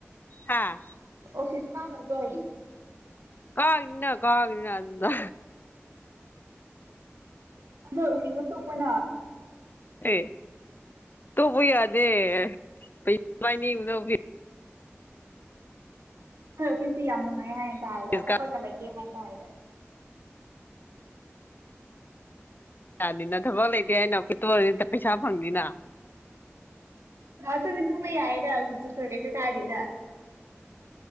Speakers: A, on the left; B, on the right.
A: ꯍꯥꯥ꯫
B: ꯑꯣꯐꯤꯁ ꯀꯥꯒꯗꯔꯣ ꯍꯥꯌꯦꯡ꯫
A: ꯀꯥꯅꯤꯅ ꯀꯥꯒꯅꯤꯅ ꯑꯗꯨꯗ꯫
B: ꯑꯗ ꯏꯅ ꯇꯣꯡꯕꯅ
A: ꯑꯦ ꯇꯣꯛꯄ ꯌꯥꯗꯦ ꯀꯩ <unintelligible>
B: ꯁꯤꯁꯤ ꯌꯥꯝ ꯅꯨꯡꯉꯥꯏ ꯍꯥꯏꯅ ꯇꯥꯏꯗ
A: ꯐꯤꯁ
B: ꯊꯕꯛꯀ
A: ꯀꯥ
B: ꯂꯩꯇꯦ ꯍꯥꯏꯅ ꯇꯥꯏꯗ꯫
A: ꯌꯥꯅꯤꯅ ꯊꯕꯛ ꯂꯩꯇꯦ ꯑꯩꯅꯐꯦꯠꯇ ꯑꯣꯏꯅꯤ ꯄꯩꯁꯥ ꯐꯪꯅꯤꯅ꯫
B: ꯑꯗꯨꯗꯤ ꯇꯨꯝꯕ ꯌꯥꯏꯌꯦꯗ ꯑꯦꯠꯖꯠꯁ ꯀꯥꯏꯗꯦꯗ꯫